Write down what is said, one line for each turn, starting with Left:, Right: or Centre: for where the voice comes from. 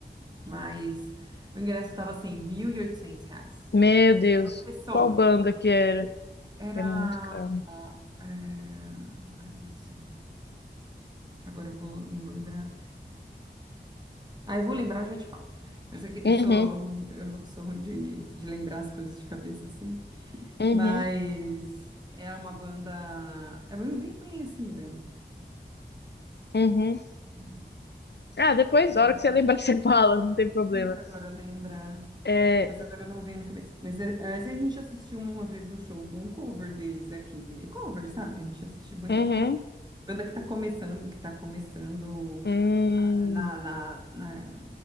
Right: mas o ingresso estava assim, 1.800 reais
Left: meu Deus,
Right: por pessoa.
Left: qual banda que era?
Right: Era.
Left: É muito caro.
Right: é, Ai, meu Deus do céu. Agora eu vou, não vou lembrar. Ah, eu vou lembrar, eu já te falo. Mas é que eu
Left: Uhum,
Right: sou, eu sou ruim de, de lembrar as coisas de cabeça assim.
Left: uhum,
Right: Mas é uma banda. É bem bem conhecida.
Left: uhum.
Right: Ó,
Left: Ah, depois,
Right: hum,
Left: a hora que você lembrar, <laughs> você fala, não tem problema.
Right: Vou tentar agora lembrar.
Left: É,
Right: Mas agora não vem na cabeça. Mas, é, mas a gente assistiu uma vez no show de um cover deles aqui. Cover, sabe? A gente assiste muita
Left: uhum,
Right: banda. Banda que tá começando, que tá começando
Left: hum,
Right: na, na, na,